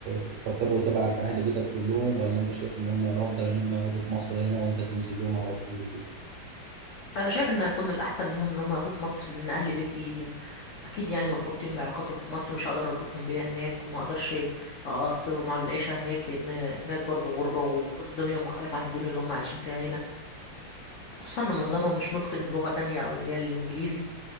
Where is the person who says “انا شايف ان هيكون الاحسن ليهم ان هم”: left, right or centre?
Left